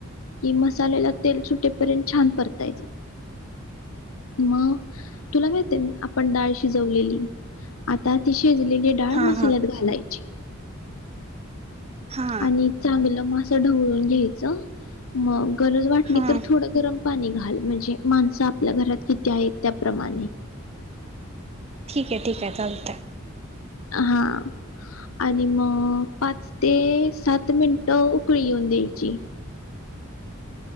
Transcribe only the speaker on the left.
कि मसाल्याला तेल सुटेपर्यंत छान परतायच मग तुला माहित आहे आपण डाळ शिजवलेली आता ति शिजलेली डाळ
मसाल्यात
घालायची.
आणि चांगलं मं असं ढवळून घ्यायचं मंग गरज वाटली
तर थोडं गरम पाणी घाल म्हणजे माणसं आपल्या घरात किती आहे? त्याप्रमाणे
हा आणि मग पाच ते सात मिनट उकळी येऊदे. जी